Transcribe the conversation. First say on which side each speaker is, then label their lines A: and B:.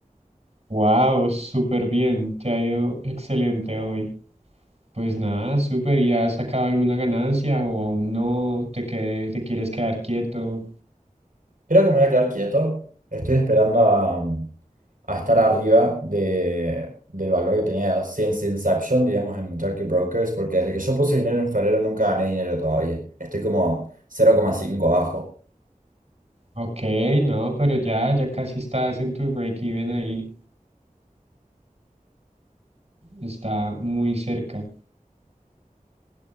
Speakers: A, on the right; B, on the right.
A: Wow, súper bien, te ha ido excelente hoy. Pues nada, súper, ¿ya has sacado alguna ganancia o aún no te, que- te quieres quedar quieto?
B: Creo que me voy a quedar quieto. Estoy esperando a, mm, a estar arriba de, del valor que tenía since Inception, digamos, en Jackie Brokers, porque desde que yo puse dinero en febrero nunca gané dinero todavía. Estoy como cero coma cinco abajo.
A: Ok, no, pero ya, ya casi estás en tu break-even ahí, está muy cerca.